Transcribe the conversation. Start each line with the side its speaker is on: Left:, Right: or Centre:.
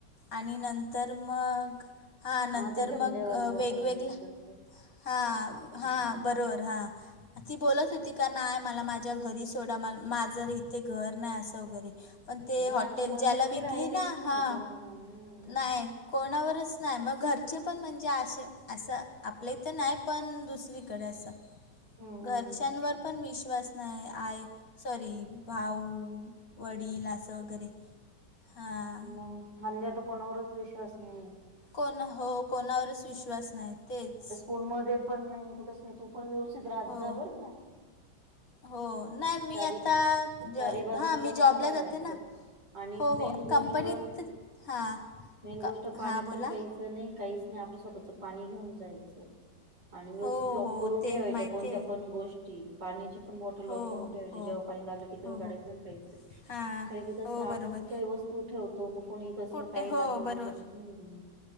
Left: आणि नंतर मग हां नंतर
Right: हा, ते धंदेवाले
Left: मग
Right: लोकांना
Left: वेगवेगळ्या
Right: विकतात ते
Left: हां
Right: हम्म.
Left: हां बरोबर हहा ती बोलत होती का नाही मला माझ्या घरी सोडा माझं इथे घर नाही असं वगैरे. पण ते
Right: नाही
Left: हॉटेल
Right: आता माणुसकी
Left: ज्याला विकली
Right: राहिलीच
Left: ना
Right: नाही
Left: हा
Right: कोणाला हम्म
Left: नाही. कोणावरच नाही मग घरचे पण म्हणजे असे असं आपले इ तर नाही पण दुसरी. गरास
Right: हम्म.
Left: घरच्यांवर पण विश्वास नाही आय सॉरी भाऊ. वडील असं वगैरे हां
Right: म खल्ल्या तर कोणावरच विश्वास नाही.
Left: कोणा हो कोणावरच विश्वास नाही तेच
Right: र् मग पण नाही कुठच नाही तू पण व्यवस्थित राजात
Left: हो
Right: जावर का?
Left: हो नाही मी
Right: चारी
Left: आता
Right: चारी बाजूनी
Left: हा मी
Right: लक्ष
Left: जॉबला
Right: ठेवायचं
Left: जाते ना.
Right: आणि
Left: हो
Right: मेन
Left: हो
Right: गोष्ट
Left: कंपनीत हां
Right: मेन गोष्ट
Left: क
Right: पाणी
Left: हां बोला
Right: पण प्यायचं. नाही काहीच नाही आपलं स्वतःच पाणी घेऊन जायचं. आणि व्यवस्थित
Left: हो
Right: लॉक
Left: हो
Right: करून
Left: ते
Right: ठेवायच्या
Left: माहिती
Right: कोणत्या
Left: आहे
Right: पण गोष्टी पाण्याची पण बॉटल लॉक
Left: हो
Right: करून ठेवायची
Left: हो
Right: जेव्हा पाणी लागलं की तेव्हा
Left: हो हो
Right: गायचं प्यायचं.
Left: हां
Right: खरे की कसं
Left: हो
Right: आपण
Left: बरोबर
Right: कुठेही वस्तू ठेवतो मग कोणी कसं
Left: कुठे
Right: काही
Left: हो
Right: टाकाल त्याच्यात
Left: बरोबर
Right: ह.